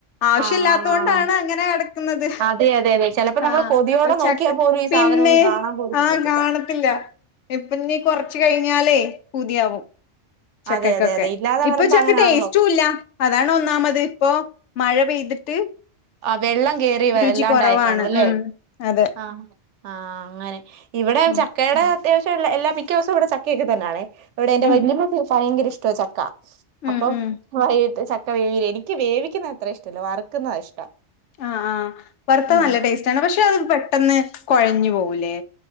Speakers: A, on the left; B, on the right.
A: ആവശ്യമില്ലാത്ത
B: ആഹ്
A: കൊണ്ടാണ് അങ്ങനെ കിടക്കുന്നത്
B: അതെ അതെ അതെ ചെലപ്പോ നമ്മള്
A: ആഹ്
B: കൊതിയോടെ നോക്കിയാ
A: ചക്ക
B: പോലും ഈ
A: പിന്നെ
B: സാധനം ഒന്നും കാണാൻ പോലും
A: ആഹ്
B: കിട്ടത്തില്ല.
A: കാണത്തില്ല ഇപ്പ നി കൊറച്ച് കഴിഞ്ഞാലേ പൂതിയാവും
B: അതെ
A: ചക്കക്കൊക്കെ
B: അതെ അതെ ഇല്ലാതെ
A: ഇപ്പൊ
B: വരുമ്പോ
A: ചക്ക
B: അങ്ങനാണല്ലോ
A: ടേസ്റ്റും ഇല്ല അതാണ് ഒന്നാമത് ഇപ്പൊ മഴ പെയ്തിട്ട്
B: ആഹ് വെള്ളം കേറി വല്ലാണ്ടായി
A: രുചി കുറവാണ്
B: കാണും അല്ലേ
A: ഉം അതെ
B: ആഹ് ആഹ് അങ്ങനെ ഇവിടെയും
A: ഉം
B: ചക്കടെ അത്യാശ്യള്ള എല്ലാ മിക്ക ദിവസവും ഇവിടെ ചക്കെക്ക തന്ന ആണേ ഇവടെ എന്റെ
A: ഉം
B: വലിയമ്മക്ക് ഭയങ്കര ഇഷ് ട്ടവ ചക്ക
A: ഉം
B: അപ്പം
A: ഉം
B: വൈകിട്ട് ച <unintelligible> എനിക്ക് വേവിക്കുന്നത് അത്ര ഇഷ്ടല്ല വറ്ക്കുന്നത ഇഷ്ടം
A: ആഹ് ആഹ് വറുത്ത
B: ഉം
A: നല്ല ടേസ്റ്റ് ആണ് പക്ഷെ അത് പെട്ടെന്ന് കൊഴഞ്ഞു പോവൂല്ലേ